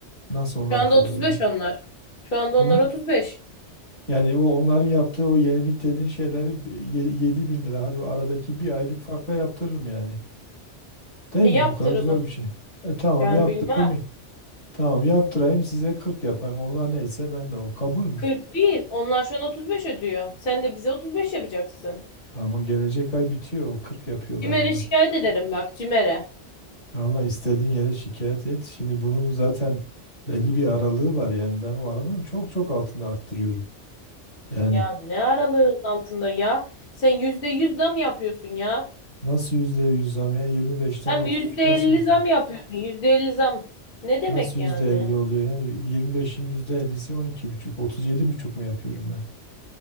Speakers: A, on the left (about 85°); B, on the left (about 50°).
A: Nasıl onlar
B: Şu anda
A: kadar
B: otuz
A: olur
B: beş onlar. Şu anda
A: Hı?
B: onlar 35.
A: Yani o onların yaptığı o yenilik dediğin şeyleri bi- ye- 7 bin lira hadi o aradaki bir aylık farkla yaptırırım yani. Değil
B: E
A: mi?
B: yaptır
A: O kadar
B: o
A: zor
B: zaman.
A: bir şey. E tamam
B: Ben
A: yaptırayım.
B: bilmem.
A: Tamam yaptırayım size 40 yapayım. Onlar neyse ben de o kabul mü?
B: 40 değil. Onlar şu an 35 ödüyor. Sen de bize 35 yapacaksın.
A: Ama gelecek ay bitiyor. O 40 yapıyorlar
B: Cimer'e
A: onlar.
B: şikayet ederim bak Cimer'e.
A: Allah istediğin yere şikayet et. Şimdi bunun zaten belli bir aralığı var. Yani ben o aralığın çok çok altında arttırıyorum. Yani
B: Ya ne aralığın altında ya? Sen %100 zam yapıyorsun ya.
A: nasıl %100 zam ya? 25'ten
B: Hem
A: 33
B: yüzde
A: nasıl
B: elli
A: yüzde?
B: zam yapıyorsun. %50 zam. Ne demek
A: Nasıl
B: yani?
A: %50 oluyor ya? 25'in %50'si 12,5. buçuk otuz yedi buçuk mu yapıyorum ben?